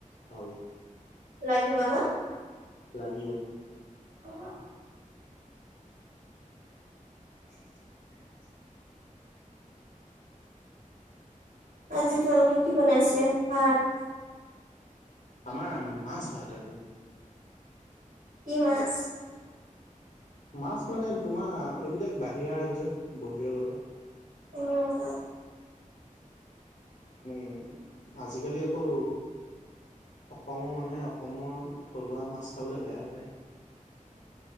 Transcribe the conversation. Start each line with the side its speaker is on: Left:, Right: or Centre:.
Left: হ
Right: লাগিব ন
Left: লাগিব
Right: অ <unintelligible> <inaudible> আজি তোমালোকৰ কি বনাইছে? ভাত
Left: আমাৰ মাছ-ভাত আজি।
Right: কি মাছ?
Left: মাছ মানে তোমাৰ এইবিলাক বাহিৰা ৰাজ্য বহিৰাগত।
Right: উম উম।
Left: <inaudible> আজিকালি আকৌ অসমৰ মানুহে অসমৰ থলুৱা মাছ খাবলৈ বেয়াই পায়।